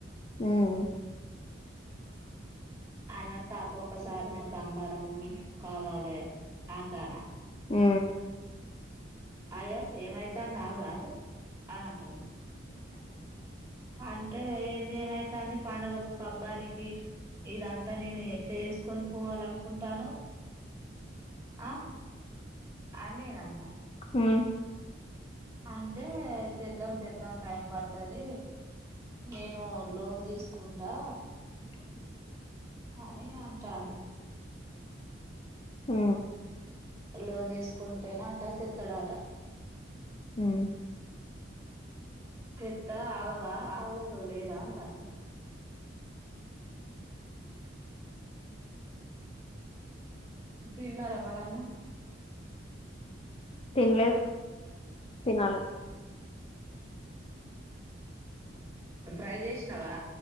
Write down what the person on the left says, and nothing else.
ఉమ్
ఉ
ఉ
అ
ఉ
ఉ
తిన్లే తినాలి